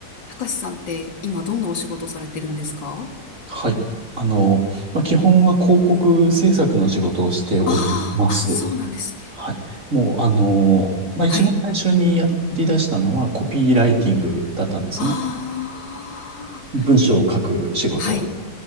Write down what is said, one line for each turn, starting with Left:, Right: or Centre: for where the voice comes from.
Left: たかしさんって今どんなお仕事されてるんですか
Right: はい。あの、まあ、基本は広告制作の仕事をしております。
Left: ああー、あ、そうなんですね。
Right: はい。もう、あの、まあ、
Left: はい。
Right: 一番最初にやり出したのはコピーライティングだったんですね。
Left: ああ、
Right: 文章を書く仕事。
Left: はい、